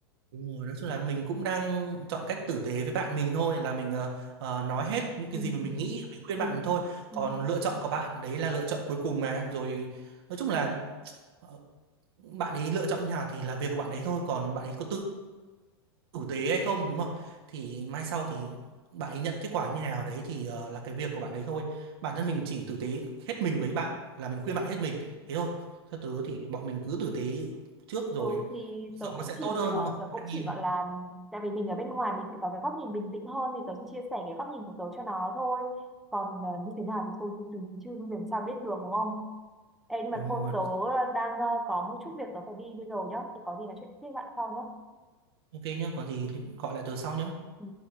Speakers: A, on the right; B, in the centre.
A: Đúng rồi, nói chung là mình cũng đang chọn cách tử tế với bạn mình thôi là mình ờ, ờ, nói hết những cái
B: Ừ.
A: gì mà mình nghĩ mình khuyên
B: Ừ.
A: bạn mình thôi
B: Ừ.
A: còn lựa chọn của bạn đấy là lựa chọn cuối cùng mà rồi nói chung là ờ, bạn ấy lựa chọn nhà thì là việc của bạn ấy thôi còn bạn ấy có tử, tử tế hay không đúng không thì mai sau thì bạn ấy nhận kết quả như nào đấy thì ờ, là cái việc của bạn đấy thôi bản thân mình chỉ tử tế hết mình với bạn là mình khuyên bạn hết mình thế thôi sau tứ thì bọn mình cứ tử tế trước rồi
B: Ừ thì
A: cuộc sống
B: tớ
A: nó
B: cũng
A: sẽ
B: chỉ
A: tốt hơn
B: ờ,
A: đúng không
B: tớ cũng
A: an nhiên
B: chỉ gọi là tại vì mình ở bên ngoài mình sẽ có cái góc nhìn bình tĩnh hơn thì tớ chỉ chia sẻ cái góc nhìn của tớ cho nó thôi còn ờ, như thế nào thì thôi thì tùy chứ làm sao biết được đúng không Ê nhưng mà
A: đúng
B: thôi
A: rồi
B: tớ đang ờ, có một chút việc tớ phải đi bây giờ nhá thì có gì nói chuyện tiếp với bạn sau nhá
A: Ok nhá, có gì gọi lại từ sau nhá.
B: ừ.